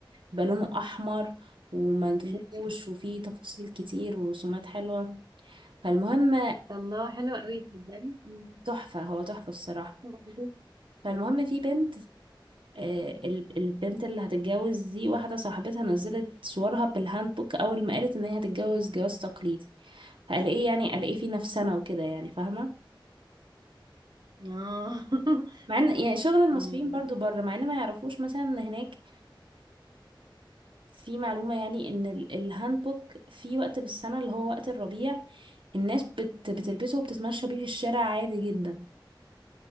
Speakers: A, on the right; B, on the right.
A: بيبقى لونه احمر ومنفوش
B: ماشي.
A: وفيه تفاصيل كتير ورسومات حلوه فالمهم
B: الله حلو قوي تصدقي <laughs> مم.
A: تحفه هو تحفه الصراحه
B: وبعدين؟
A: فالمهم في بنت آه، ال- البنت اللي هتتجوز دي واحده صاحبتها نزلت صورها بالهانبوك اول ما قالت ان هي هتتجوز جواز تقليدي فقال ايه يعني قال ايه في نفسنا وكده يعني فاهمه
B: اه <laughs>
A: مع ان يعني شغل المصريين
B: مم.
A: برضو بره مع ان ما يعرفوش مثلا ان هناك في معلومة يعني ان ال- الهانبوك في وقت في السنة اللي هو وقت الربيع الناس بت بتلبسه وبتتمشى بيه في الشارع عادي جدا